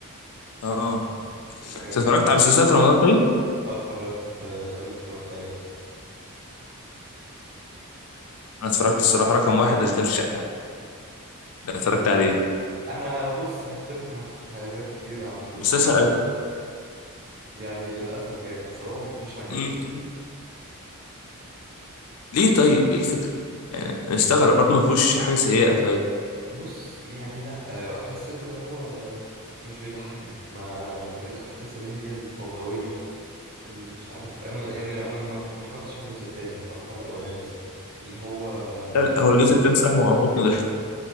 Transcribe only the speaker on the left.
اه
انت اتفرجت
على مسلسلات رمضان طيب
انا اتفرجت الصراحه رقم واحد اشغال شقه ده اتفرجت عليه
مسلسل
مم. ليه طيب ايه الفكره يعني أنا مستغرب برضه ما فيهوش حاجه سيئه طيب
لا لا، هو الجزء التاني الصراحه ما عمرني ضحك